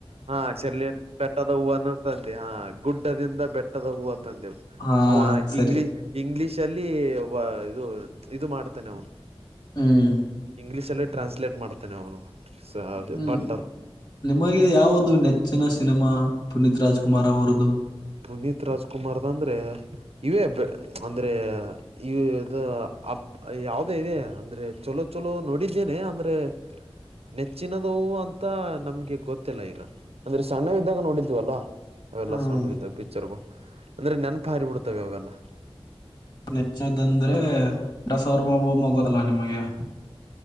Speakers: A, on the right (about 70°); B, on the left (about 45°).
A: ಹಾ ಶರ್ಲಿ ಬೆಟ್ಟದ ಹೂವನೂ ತಂದೆ ಹಾ ಗುಡ್ಡದಿಂದ ಬೆಟ್ಟದ ಹೂವ ತಂದೆ.
B: ಹಾ
A: ಅವ
B: ಸರಿ
A: ಇಂಗ್ಲಿಷ್‌ ಇಂಗ್ಲಿಷ್ ಅಲ್ಲಿ ಒಬ್ಬ ಇದು ಇದು ಮಾಡ್ತಾನೆ ಅವನು.
B: ಹ್ಮ
A: ಇಂಗ್ಲೀಷ್ ಅಲ್ಲೇ ಟ್ರಾನ್ಸ್ಲೇಟ್ ಮಾಡ್ತಾನೆ ಅವನು <unintelligible>
B: ಹ್ಮ್
A: ಬಟ್ಟರ್
B: ನಿಮಗೆ ಯಾವದು ನೆಚ್ಚಿನ ಸಿನಿಮಾ ಪುನೀತ್ ರಾಜ್‍ಕುಮಾರ್ ಅವರದು?
A: ಪುನೀತ್ ರಾಜ್ ಕುಮಾರ್ ದಂದ್ರೆ ಇವೇ <unintelligible> ಅಂದ್ರೆ ಇದು ಅಪ್ ಯಾವುದೋ ಇದೆ ಅಂದ್ರೆ ಚಲೋ ಚಲೋ ನೋಡಿದ್ದೇನೆ ಅಂದ್ರೆ? ನೆಚ್ಚಿನದವು ಅಂತ ನಮ್ಗೆ ಗೊತ್ತಿಲ್ಲ ಈಗ ಅಂದ್ರೆ ಸಣ್ಣವು ಇದ್ದಾಗ ನೋಡಿದ್ ದ್ದು ಅಲ್ಲ ಅವೆಲ್ಲ
B: ಹ್ಮ್
A: ಸಣ್ಣವ್ ಇದ್ದಾಗ ಪಿಕ್ಚರ್ಗಳು ಅಂದ್ರೆ ನೆನಪ್ ಹಾರಿಬಿಡ್ತವೆ ಅವೆಲ್ಲ.
B: ನೆಚ್ಚದ್ದ ಅಂದ್ರೆ ನಟಸರ್ವಭೌಮ ಗೊತ್ತಲ್ಲಾ ನಿಮಗೆ?